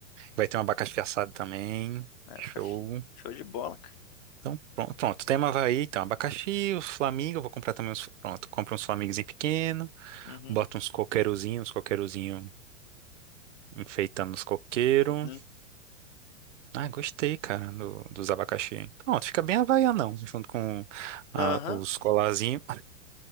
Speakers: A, on the right; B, on the left.
A: Vai ter um abacaxi assado também.
B: é,
A: Show.
B: fica fi- show de bola, cara.
A: Então, pronto, pronto. Tema é Havaí, então, abacaxi, os flamingos, eu vou comprar também uns, pronto, compro uns flamingos em pequeno.
B: Uhum,
A: Bota uns coqueirozinhos, uns coqueirozinho enfeitando os coqueiros.
B: uhum,
A: Ah, gostei, cara, do- dos abacaxi. Pronto, fica bem havaianão, junto com ah,
B: aham.
A: os colarzinhos,